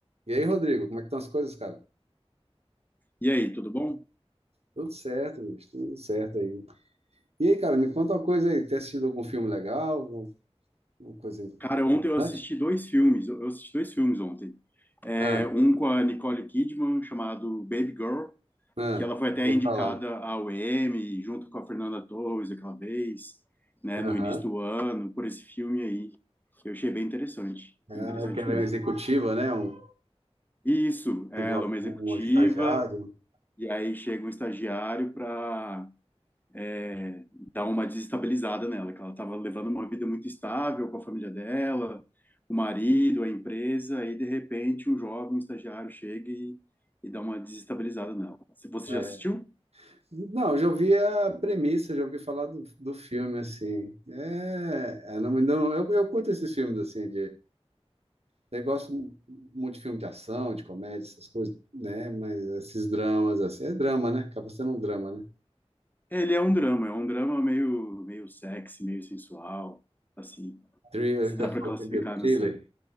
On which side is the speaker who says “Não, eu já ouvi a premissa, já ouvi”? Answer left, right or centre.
Right